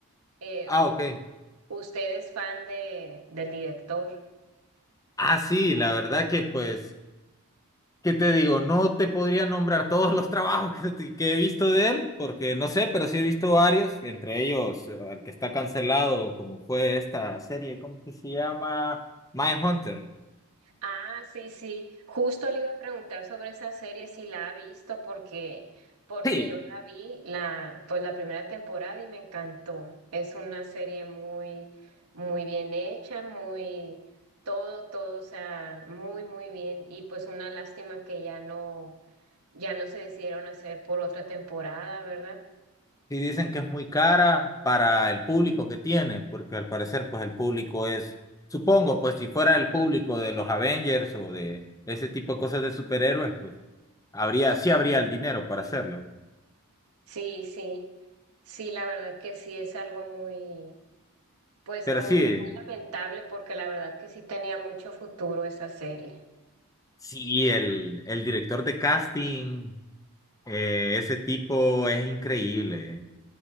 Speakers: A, on the right (about 80°); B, on the left (about 15°).
A: Eh,
B: Ah,
A: u-
B: ok.
A: ¿usted es fan de, del director?
B: Ah, sí, la verdad que pues, ¿qué te digo? No te podría nombrar todos los trabajos que, te- que he visto de él, porque no sé, pero sí he visto varios, entre ellos eh, el que está cancelado, como fue esta serie, ¿cómo que se llama? Mindhunter.
A: Ah, sí, sí. Justo le iba a preguntar sobre esa serie si la ha visto porque porque
B: Sí,
A: yo la vi la pues la primera temporada y me encantó. Es una serie muy muy bien hecha, muy todo todo, o sea, muy muy bien y pues una lástima que ya no ya no se decidieron hacer por otra temporada, ¿verdad?
B: sí dicen que es muy cara para el público que tiene, porque al parecer pues el público es, supongo, pues si fuera el público de los Avengers o de ese tipo de cosas de superhéroes, pues habría, sí habría el dinero para hacerlo.
A: Sí, sí. Sí, la verdad que sí es algo muy Pues
B: Pero
A: muy,
B: sí.
A: muy lamentable porque la verdad que sí tenía mucho futuro esa serie.
B: Sí, el, el director de casting, eh, ese tipo es increíble.